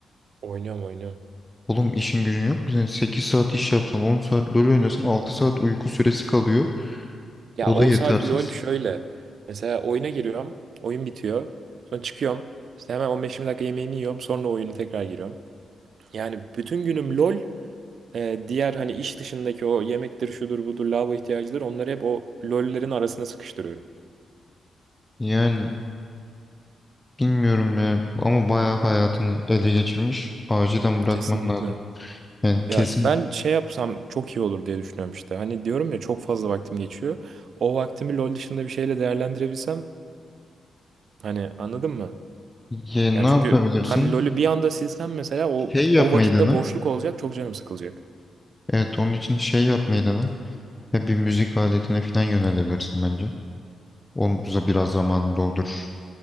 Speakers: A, on the right; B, on the left.
A: Oynuyorum oynuyorum.
B: Oğlum işin gücün yok mu? Sen 8 saat iş yapsan 10 saat LoL oynasan 6 saat uyku süresi kalıyor.
A: Ya
B: O
A: 10
B: da yetersiz.
A: saat LoL şöyle. Mesela oyuna giriyorum. Oyun bitiyor. Sonra çıkıyorum. İşte hemen 15-20 dakika yemeğimi yiyorum. Sonra oyuna tekrar giriyorum. Yani bütün günüm LoL. e, diğer hani iş dışındaki o yemektir, şudur, budur, lavabo ihtiyacıdır. Onları hep o LoL'lerin arasına sıkıştırıyorum.
B: Yani Bilmiyorum ya ama bayağı hayatını ele geçirmiş. Acilen bırakman
A: Kesinlikle.
B: lazım. Yani
A: Ya
B: kesin
A: ben şey yapsam çok iyi olur diye düşünüyorum işte. Hani diyorum ya çok fazla vaktim geçiyor. O vaktimi LoL dışında bir şeyle değerlendirebilsem hani anladın mı?
B: ya, ne
A: Yani
B: yapabilirsin?
A: çünkü hem LoL'ü bir anda silsem mesela o
B: Şey yapmayı
A: o vakitte
B: dene.
A: boşluk olacak, çok canım sıkılacak.
B: Evet onun için şey yapmayı dene. Ya bir müzik aletine falan yönelebilirsin bence. Onu biraz zamanını doldur.